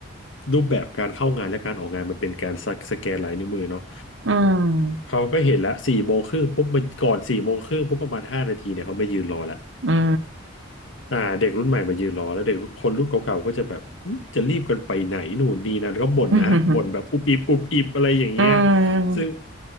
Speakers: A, on the left (about 75°); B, on the right (about 70°).
A: รูปแบบการเข้างานและการออกงานมันเป็นการสสแกนลายนิ้วมือเนาะ
B: อืม
A: เขาก็เห็นละสี่โมงครึ่งปุ๊บมันก่อนสี่โมงครึ่งปุ๊บประมาณห้านาทีเนี่ยเขาไม่ยืนรอละ
B: อืม
A: อ่าเด็กรุ่นใหม่มายืนรอแล้วเด็กคนรุ่นเก่าๆก็จะแบบอืมจะรีบกันไปไหนหนูนนี่นั่นก็บ่นนะบ่นแบบอุบอิบอุบอิบอะไรอย่างเงี้ย
B: <laughs> อืม
A: ซึ่ง